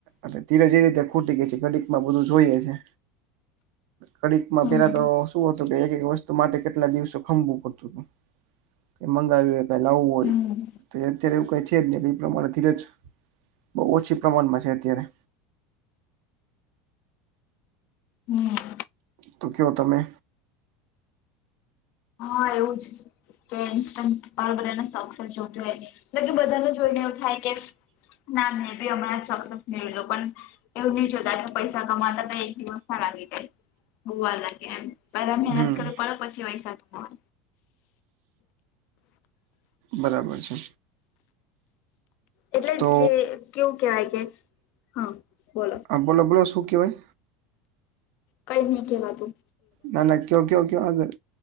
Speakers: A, on the right; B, on the left.
A: એટલે ધીરે ધીરે તે ખૂટી ગઈ છે ગડીકમાં બધું જોઈએ છે. કડીકમાં
B: હમ
A: પેલા તો શું હતું કે એક એક વસ્તુ માટે કેટલા દિવસો ખંભવું પડતું હતું. કે મંગાવ્યું હોય કઈ લાવવું
B: હમ
A: હોય તો એ અત્યારે એવું કઈ છે જ ને કઈ પ્રમાણે ધીરજ બહુ ઓછી પ્રમાણમાં છે અત્યારે.
B: હમ
A: તો કેવો તમે.
B: હા એવું છે. તો ઇન્સ્ટ બધાને સક્સેસ જોતું હોય એલે કે બધાને જોઈને એવું થાય કે ના મેં બી હમણાં સક્સેસ મેળવો પણ એવું નહી જોતા કે પૈસા કમાતા તો એક દિવસ ના લાગી જાય. વાર લાગે એમ પેલા મહેનત
A: હમ
B: કરે પડ પછી પૈસા <unintelligible>
A: બરાબર છે.
B: એટલે
A: તો
B: જે કેવું કેહેવાય કે હા બોલો.
A: હ બલો બોલો શું કહેવાય.
B: કઈ જ ની કહેવાતું.
A: ના ના ક્યો ક્યો ક્યો આગળ